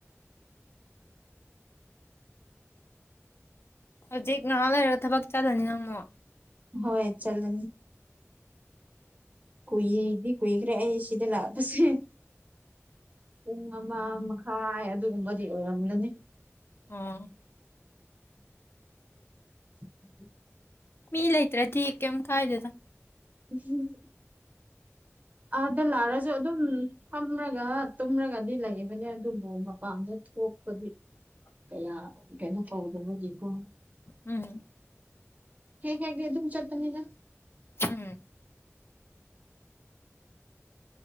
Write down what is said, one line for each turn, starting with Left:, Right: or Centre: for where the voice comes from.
Left: ꯍꯧꯖꯤꯛ ꯉꯍꯥꯛ ꯂꯩꯔꯒ ꯊꯕꯛ ꯆꯥꯗꯅꯤ ꯅꯪꯉꯣ
Right: ꯍꯣꯏ ꯆꯂ ꯀꯨꯏꯗꯤ ꯀꯨꯏꯈ꯭ꯔꯦ ꯑꯩ ꯁꯤꯗ ꯂꯥꯛꯄꯁꯦ ꯄꯨꯡ ꯑꯃ ꯃꯈꯥꯏ ꯑꯗꯨꯒꯨꯝꯕꯗꯤ ꯑꯣꯏꯔꯝꯂꯅꯤ
Left: ꯑ
Right: <inaudible>
Left: ꯃꯤ ꯂꯩꯇ꯭ꯔꯗꯤ ꯀꯩꯝ ꯀꯥꯏꯗꯗ
Right: <inaudible> ꯑꯥꯗ ꯂꯥꯛꯔꯁꯨ ꯑꯗꯨꯝ ꯐꯝꯂꯒ ꯇꯨꯝꯔꯒꯗꯤ ꯂꯩꯕꯅꯦ ꯑꯗꯨꯕꯨ ꯃꯄꯥꯝꯗ ꯍ ꯀꯗꯤ
Left: ꯑ
Right: ꯀꯌꯥ ꯀꯅ ꯀꯧꯗꯕꯒꯦꯀꯣ
Left: ꯎꯝ
Right: ꯍꯦ ꯍꯦꯒꯦ ꯊꯨꯝ ꯆꯠꯄꯅꯤꯗ
Left: ꯎꯝ